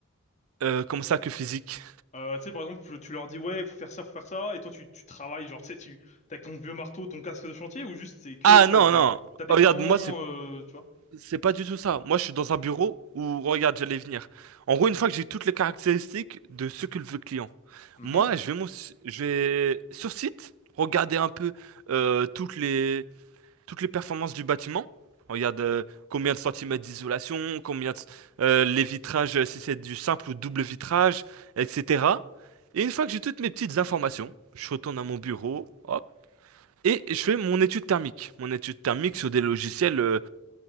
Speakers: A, on the right; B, on the left.
A: euh, comment ça que physique?
B: Euh, tu sais par exemple tu leur dis ouais faut faire ça faut faire ça et toi tu tu travailles genre tu sais tu t'as ton vieux marteau ton casque de chantier ou juste c'est que
A: Ah
B: tu
A: non,
B: vois du
A: non.
B: t'as des
A: Oh,
B: plans
A: Regarde, moi, c'est
B: euh, tu vois?
A: C'est pas du tout ça. Moi, je suis dans un bureau où, regarde, j'allais venir. En gros, une fois que j'ai toutes les caractéristiques de ce que veut le client,
B: Mhm.
A: moi, je vais, mon- je vais sur site regarder un peu euh, toutes les, toutes les performances du bâtiment. Regarde euh, combien de centimètres d'isolation, combien de- euh, les vitrages, euh, si c'est du simple ou double vitrage, etc. Et une fois que j'ai toutes mes petites informations, je retourne à mon bureau, hop, et je fais mon étude thermique. Mon étude thermique sur des logiciels. euh,